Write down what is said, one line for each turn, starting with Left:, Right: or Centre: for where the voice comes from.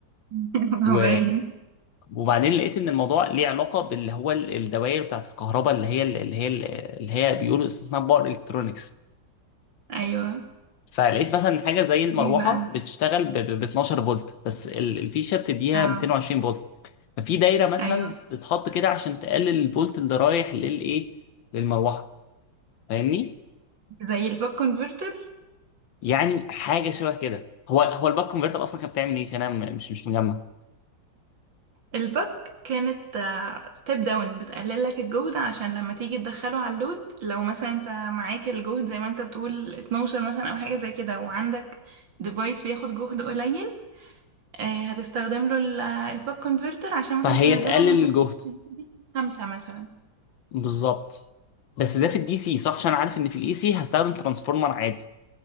Right: <laughs>
Left: و
Right: هو باين
Left: وبعدين لقيت ان الموضوع ليه علاقه باللي هو ال- الدوائر بتاعت الكهرباء اللي هي اللي هي اللي هي بيقولوا اسمها باور الكترونكس
Right: ايوه
Left: فلقيت مثلا حاجه زي المروحه
Right: ايه بقى
Left: بتشتغل ب 12 فولت بس ال- الفيشه بتديها
Right: اه
Left: 220 فولت ففي دايره مثلا
Right: ايوه
Left: بتتحط كده عشان تقلل الفولت اللي رايح للايه للمروحه فاهمني
Right: زي الباك كونفرتر
Left: يعني حاجه شبه كده هو هو الباك كونفرتر اصلا كانت بتعمل ايه عشان انا م- مش مش مجمع
Right: الباك كانت ستيب داون بتقلل لك الجهد عشان لما تيجي تدخله على اللود لو مثلا انت معاك الجهد زي ما انت بتقول 12 مثلا او حاجه زي كده وعندك ديفايس بياخد جهد قليل آه، هتستخدم له الباك كونفرتر عشان مثلا
Left: فهي
Right: تنزله
Left: تقلل
Right: من
Left: الجهد
Right: خمسة مثلا
Left: بالظبط بس ده في الدي سي صح عشان انا عارف ان في الاي سي هستخدم ترانسفورمر عادي